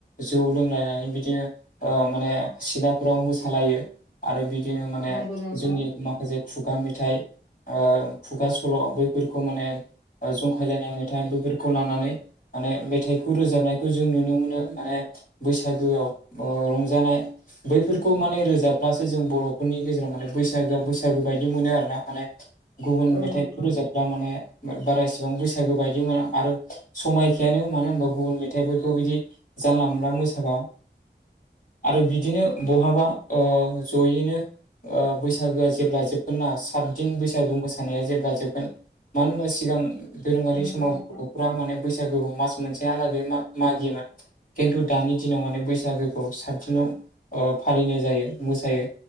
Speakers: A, on the left (about 50°); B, on the left (about 30°).
A: जौ लोंलायनानै बिदिनो ओ माने सिलाफोराव मोसालायो। आरो बिदिनो माने
B: नंगौ नोंथां
A: जोंनि माखासे खुगा मेथाइ ओ खुगा सल' बैफोरखौ माने जंखायलायनाय मेथाइ बैफोरखौ लानानै माने मेथाइखौ रोजाबनायखौ जों नुनो मोनो माने बैसागोआव ओ रंजानाय बैफोरखौ माने रोजाबब्लासो जों बर'फोरनि गेजेराव माने बैसागोआ बैसागो बायदि मोनो आरोना माने। गुबुन
B: औ
A: मेथाइखौ
B: नोंथां
A: रोजाबब्ला माने बारा इसिबां बैसागो बायदि मोना आरो समायखायानो मानो होनबा गुबुन मेथाइफोरखौ बिदि जानला मोनला मोसाबा आरो बिदिनो बहाबा ओ जयैनो ओ बैसागोआ जेब्ला जोबगोन ना सात दिन बैसागु मोसानाया जेब्ला जोबगोन मानो होनबा सिगां दोरोङारि
B: नंगौ
A: समाव
B: नोंथां
A: बर'फोरा माने बैसागुखौ मास मोनसेहालागै मागियोमोन। खिन्थु दानि दिनाव माने बैसागोखौ सात दिनाव फालिनाय जायो मोसायो।